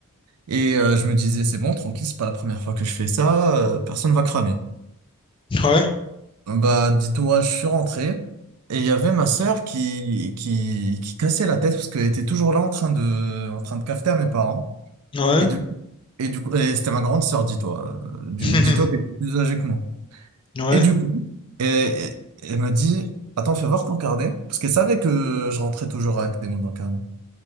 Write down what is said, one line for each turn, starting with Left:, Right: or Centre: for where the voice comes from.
Right: Et euh, je me disais, c'est bon, tranquille, c'est pas la première fois que je fais ça, euh, personne va cramer.
Left: Ouais,
Right: Bah, dis-toi, je suis rentré et il y avait ma sœur qui, qui, qui cassait la tête parce qu'elle était toujours là en train de, en train de cafeter à mes parents.
Left: ouais.
Right: Et du, et du coup, et c'était ma grande sœur, dis-toi. Euh, du-
Left: <laughs>
Right: Dis-toi qu'elle était plus âgée que moi.
Left: Ouais,
Right: Et du coup, et, et- elle m'a dit, attends, fais voir ton carnet. Parce qu'elle savait que je rentrais toujours avec des mots dans le carnet.